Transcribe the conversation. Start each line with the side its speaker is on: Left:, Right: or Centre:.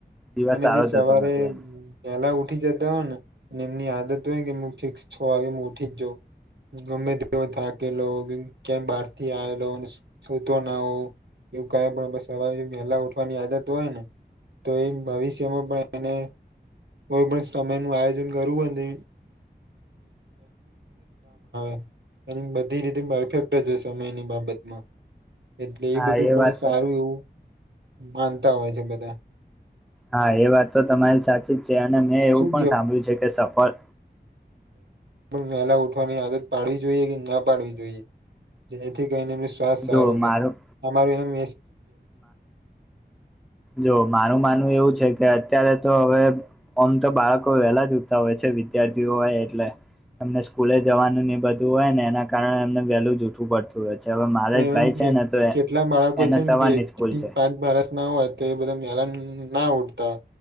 Centre: દિવસ
Right: અને
Centre: સારો
Right: જે સવારે
Centre: જતો નથી એમ
Right: પેલા ઉઠી જતા હોય ને અને એમની આદત <unintelligible> ફિક્સ છ વાગે હું ઉઠી જ જાઉ ગમે તેવો થાકેલો કેમ બહાર થી આવેલો સુૂતો ના હો એવું કે પણ બસ સવારે પહેલા ઉઠવાની આદત હોય ને તો એ ભવિષ્યમાં પણ એને કોઈ પણ સમય નું આયોજન કરવું હો ને <unintelligible> અને બધી રીતે પરફેક્ટ છે સમયની બાબતમાં એટલે
Centre: હા
Right: એ બધું પણ
Centre: વાત
Right: સારું
Centre: તો
Right: એવું માનતા હોય છે બધા
Centre: હા એ વાત તો તમારી સાચી જ છે અને મેં એવું
Right: શું
Centre: પણ સાંભળ્યું છે કે સફળ
Right: વેહલા ઉઠવાની આદત પાડવી જોઈએ કે ના પાડવી જોઈએ જેથી. ને એનું સ્વસ્થ સારું
Centre: જો
Right: રહેે
Centre: મારું
Right: અમારું એનું
Centre: જો મારું માનવું એવું છે કે અત્યારે તો હવે આમ તો બાળકો વહેલા જ ઉતા હોય છે વિદ્યાર્થીઓ એટલે એમને સ્કૂલે જવાનું ન બધું હોય ને એના કારણે એમને વેલું ઉઠવું પડતું હોય છે. <unintelligible> મારેજ
Right: એવા
Centre: ભાઈ છે ને તો
Right: કેટલા બાળકો
Centre: એને
Right: છે
Centre: સવારની સ્કૂલ છે
Right: પાંચ બારસ ના હોય તો એ બધા <unintelligible> ના ઉઠતા